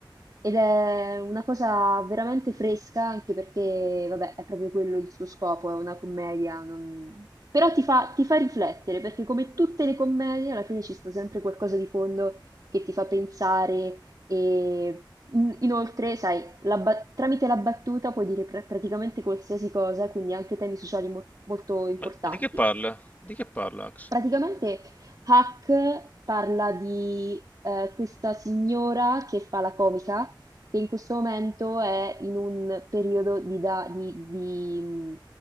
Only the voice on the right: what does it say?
ed è una cosa veramente fresca, anche perché, vabbè, è proprio quello il suo scopo, è una commedia. non- Però ti fa, ti fa riflettere, perché come tutte le commedie, alla fine ci sta sempre qualcosa di fondo che ti fa pensare e in- inoltre, sai, la ba- tramite la battuta puoi dire pra- praticamente qualsiasi cosa, quindi anche temi sociali mo- molto importanti.
Praticamente Hack parla di eh, questa signora che fa la comica, che in questo momento è in un periodo di, da- di- di-